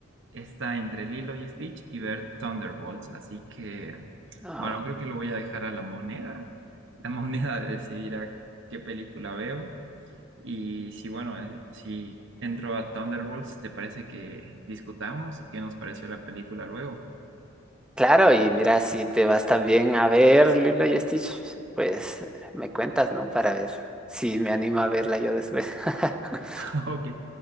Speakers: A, on the right (about 60°); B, in the centre.
A: está entre Lilo y Stitch y ver Thunderbolts. Así que,
B: No,
A: bueno, creo que lo voy a dejar a la moneda. La moneda <laughs> decidirá qué película veo. Y si, bueno, eh, si entro a Thunderbolts, ¿te parece que discutamos qué nos pareció la película luego?
B: claro, y mira, si te vas también a ver Lilo y Stitch, pues me cuentas, ¿no? Para ver si me animo a verla yo después. <laughs>
A: <laughs> Ok,